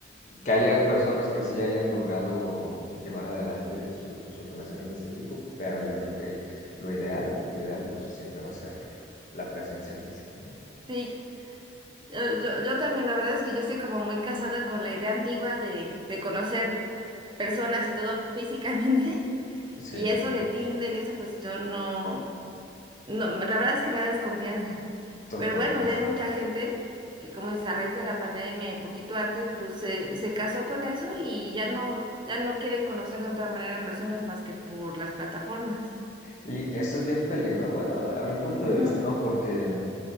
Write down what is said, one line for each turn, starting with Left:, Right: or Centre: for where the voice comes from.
Left: que haya personas que sí hayan logrado llevar adelante su- sus relaciones de este tipo, pero yo creo que lo ideal, lo ideal pues siempre va a ser la presencia física, ¿no?
Right: Sí, Yo, yo, yo también, la verdad es que yo estoy como muy casada con la idea antigua de, de conocer personas y todo físicamente. <laughs>
Left: Sí,
Right: Y eso de Tinder y eso, pues yo no, no, la verdad es que me da desconfianza.
Left: totalmente.
Right: Pero bueno, ya hay mucha gente que como dices, a raíz de la pandemia y poquito antes, pues se, se casó con eso y ya no, ya no quieren conocer de otra manera a personas más que por las plataformas.
Left: Y, y eso es bien peligroso, bueno, a mi punto
Right: Ujú.
Left: de vista, ¿no? Porque